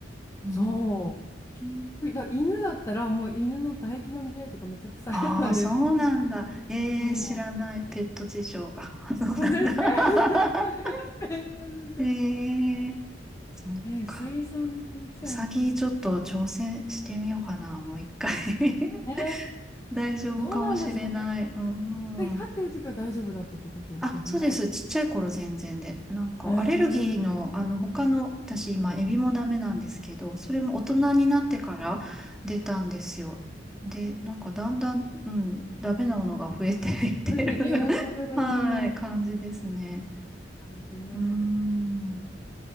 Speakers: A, in the centre; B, on the left.
A: うー
B: そ
A: ん。
B: う。だ犬だったら、もう犬の唾液の匂いとかめっちゃ臭いじゃないですか。
A: ああ、そうなんだ。えー知らないペット事情が。
B: そう。
A: <laughs> そうなんだ。
B: 本当ですか <laughs> ペットでしょ。
A: <laughs> ええそっか。
B: えー、サイさんの話も聞き。
A: うさぎちょっと挑戦してみようかな、もう一回 <laughs>
B: えー、
A: 大丈夫かもしれない。
B: どうなんですかね。
A: うん。
B: 飼ってる時は大丈夫だったってことですよね。
A: あ、そうです。ちっちゃい頃全然で。なんか、
B: えー、
A: アレルギーの、あの、他の、私今、エビもダメなんですけど、それも大人になってから出たんですよ。で、なんか、だんだん、うん、ダメなものが増えていってる
B: あれでき、
A: <laughs>
B: うーん、
A: はい、感じですね。
B: あれってね、
A: うーん。